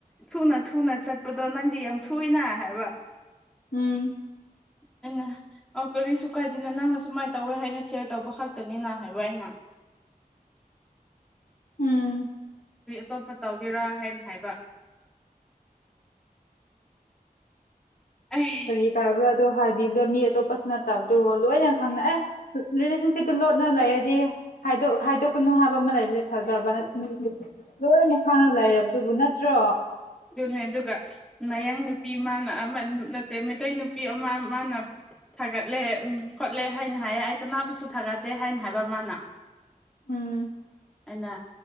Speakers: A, in the centre; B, on the left (about 70°).
A: ꯊꯨꯅ ꯊꯨꯅ ꯆꯠꯄꯗꯣ ꯅꯪꯗꯤ ꯌꯥꯝ ꯊꯨꯏꯅ ꯍꯥꯏꯕ
B: ꯎꯝ
A: <inaudible> ꯑꯩꯅ ꯑꯣ ꯀꯔꯤꯁꯨ ꯀꯥꯏꯗꯦꯅ ꯅꯪꯅ ꯁꯨꯃꯥꯏꯅ ꯇꯧꯋꯦ ꯍꯥꯏꯅ ꯁꯤꯌꯔ ꯇꯧꯕ ꯈꯛꯇꯅꯤꯅ ꯍꯥꯏꯕ ꯑꯩꯅ
B: ꯎꯝ
A: ꯀꯔ꯭ꯤ ꯑꯇꯣꯞꯄ ꯇꯧꯒꯦꯔꯥ ꯍꯥꯏꯅ ꯍꯥꯏꯕ꯫ ꯑꯩ
B: ꯀꯔꯤ ꯀꯥꯏꯕ꯭ꯔꯣ ꯑꯗꯣ ꯍꯥꯏꯕꯤꯕꯗꯣ ꯃꯤ ꯑꯇꯣꯞꯄꯁꯨ ꯅꯠꯇꯕꯗꯨꯔꯣ ꯂꯣꯏꯅ ꯈꯪꯅ ꯑꯦ ꯔꯤꯂꯦꯁꯟꯁꯤꯞꯇꯨ ꯂꯣꯠꯅ ꯂꯩꯔꯗꯤ ꯍꯥꯏꯗꯣꯛ ꯍꯥꯏꯗꯣꯛꯀꯅꯨ ꯍꯥꯏꯕ ꯑꯃ ꯂꯩꯔꯗꯤ ꯐꯗꯕ ꯅꯠ ꯂꯣꯏꯅ ꯈꯪꯅ ꯂꯩꯥꯏꯔꯕꯗꯨꯕꯨ ꯅꯠꯇ꯭ꯔꯣ꯫
A: ꯑꯗꯨꯅꯦ ꯑꯗꯨꯒ ꯃꯌꯥꯡ ꯅꯨꯄꯤ ꯃꯥꯅ ꯑꯃ ꯅꯠꯇꯦ ꯃꯩꯇꯩ ꯅꯨꯄꯤ ꯑꯃ ꯃꯥꯅ ꯊꯥꯒꯠꯂꯦ ꯎꯝ ꯈꯣꯠꯂꯦ ꯍꯥꯏꯅ ꯍꯥꯏꯌꯦ ꯑꯩ ꯀꯅꯥꯕꯨꯁꯨ ꯊꯥꯒꯠꯠꯇꯦ ꯍꯥꯏꯅ ꯍꯥꯏꯕ ꯃꯥꯅ
B: ꯎꯝ
A: ꯑꯩꯅ